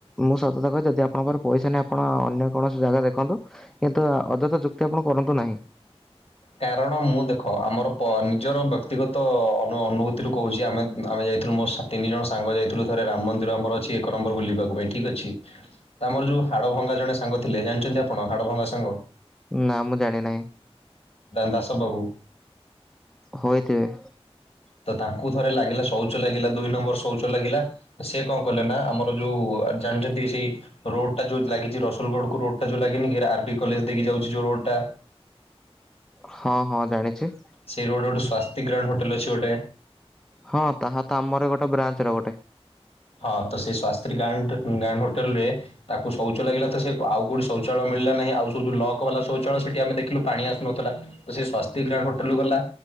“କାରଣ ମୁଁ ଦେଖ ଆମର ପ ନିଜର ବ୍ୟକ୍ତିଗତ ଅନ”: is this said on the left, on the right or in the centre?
Left